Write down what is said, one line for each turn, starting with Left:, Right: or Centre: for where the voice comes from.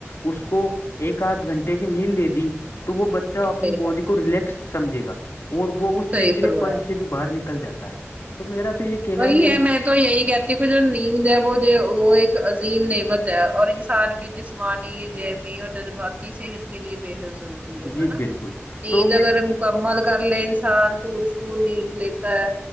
Left: اس کو ایک آدھ گھنٹے کی نیند دے دی تو وہ بچہ اپنی
Right: صحیح
Left: باڈی
Right: فر
Left: کو ریلیکس سمجھے گا اور وہ اس
Right: صحیح
Left: چڑچڑے
Right: فرمایا
Left: پن سے بھی باہر نکل جاتا ہے تو میرا تو یہ کہنا
Right: وہی
Left: میم
Right: ہے میں تو یہی کہتی کہ جو نیند ہے وہ جو وہ ایک عظیم نعمت ہے اور انسان کی جسمانی جیمی اور جذباتی صحت کے لیے بے حد ضروری ہے
Left: جی
Right: نیند
Left: بالکل تو میں
Right: اگر مکمل کر لے انسان پور سکور نیند لیتا ہے